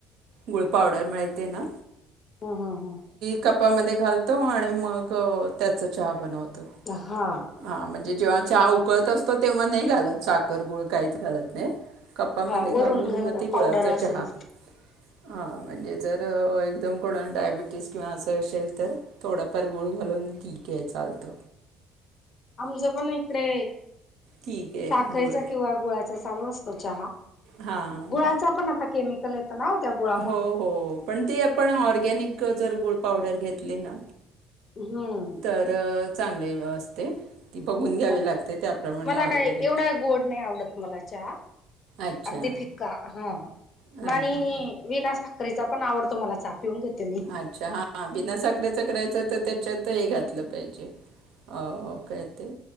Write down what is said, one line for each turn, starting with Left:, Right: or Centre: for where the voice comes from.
Right: गुळ
Left: ह
Right: पावडर माहिती ना
Left: ह ह
Right: कपामध्ये घालतो आणि मग त्याचं चहा बनवतो.
Left: हा.
Right: हा म्हणजे जेव्हा चहा उकळत असतो तेव्हा नाही घालत साखर गुळ काहीच घालत नाही. कापामध्ये
Left: हा वरून
Right: घालून
Left: घालला
Right: मग ते
Left: पावडर
Right: गुळाचा
Left: असेल
Right: चहा हा म्हणजे जर एकदम कुणाला डायबिटीस किंवा अस असेल तर, थोडंफार गुळ घालून तठीक आहे चालत.
Left: आमच पण इकडे,
Right: ठीक आहे
Left: साखरेचा
Right: गुळ
Left: किंवा गुळाचा चालू असतो चहा.
Right: हां
Left: गुळाचा पण आता केमिक <unintelligible>
Right: हो हो पण ते आपण ऑर्गॅनिक जर गुळ पावडर घेतली ना,
Left: हम्म.
Right: तर चांगले व्य असते. ती बघून घ्यावी
Left: होणार
Right: लागते त्याप्रमाणे
Left: मला
Right: ऑर्गॅनिक
Left: काय एवढा गोड नाही आवडत मला चहा.
Right: अच्छा
Left: अगदी फिका. हा,,
Right: हां
Left: मा आणि
Right: हां
Left: विना साखरेचा पण आवडतो मला चा पिऊन घेते मी.
Right: अच्छा हा बिना साखरेचा तर त्याच्यात हे घातल पाहिजे. अ काय ते